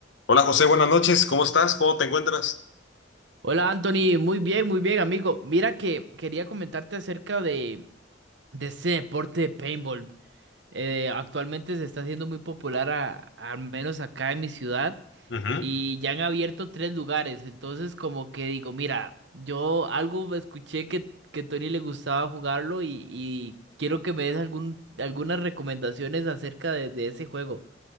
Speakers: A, on the left; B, on the right.
A: Hola José, buenas noches, ¿cómo estás? ¿Cómo te encuentras?
B: Hola Anthony, muy bien, muy bien amigo. Mira que quería comentarte acerca de, de este deporte de paintball. Eh, actualmente se está haciendo muy popular, a- al menos acá en mi ciudad,
A: Ujú.
B: y ya han abierto tres lugares. Entonces como que digo, mira, yo algo escuché que, que Tony le gustaba jugarlo y, y quiero que me des algún, algunas recomendaciones acerca de, de ese juego.